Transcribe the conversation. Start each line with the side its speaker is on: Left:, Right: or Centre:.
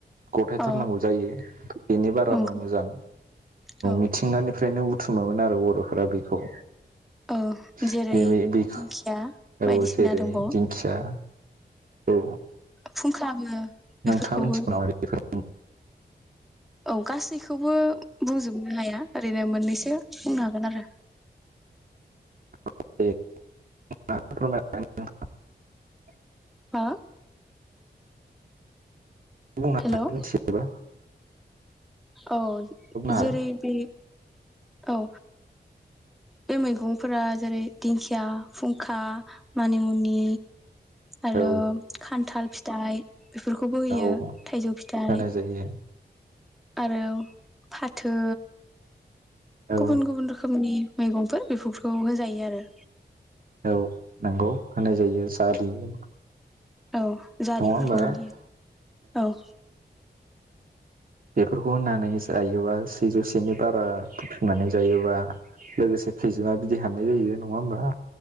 Right: गथायथारनांगौ
Centre: औ
Right: जायो बेनि बाराबा
Centre: नंगौ
Right: मोजां
Centre: औ
Right: मिथिंगानिफ्रायनो थुमोमोन आरो बर'फोरा बेखौ
Centre: औ जेरै
Right: बे बे
Centre: दिंखिया
Right: औ
Centre: बायदिसिना
Right: जेरै
Centre: दंबावो
Right: दिंखिया औ
Centre: फुं खालामो बेफोरखौबो।
Right: नोंथाङा मिथिगौ नामा बेफोर
Centre: औ गासैखौबो बुंजोबनो हाया ओरैनो मोननैसो <unintelligible> बुंनो हागोन आरो।
Right: <unintelligible>
Centre: ओ?
Right: बुंना
Centre: हेलौ
Right: <unintelligible>
Centre: औ
Right: हागोन
Centre: जेरै बे औ। बे मैगंफोरा जेरै दिंखिया, फुंखा, मानिमुनि आरो
Right: औ
Centre: खान्थाल फिथ दाहाय बेफोरखौबो होयो
Right: औ
Centre: थाइजौ फिथाइ
Right: होनाय जायो
Centre: आरो फाथो
Right: औ
Centre: गुबुन गुबुन रोखोमनि। मैगंफोर बेफोरखौ होजायो आरो।
Right: औ नंगौ होनाय जायो। जारि नङा
Centre: औ जारिफोरखौबो
Right: होमबा
Centre: होयो औ।
Right: बेफोरखौ होननानै जायोबा सेजौसेनि बारा बुथुमनानै जायोबा लोगोसे खैजोमा बिदै हाननाय जायो नङा होमबा?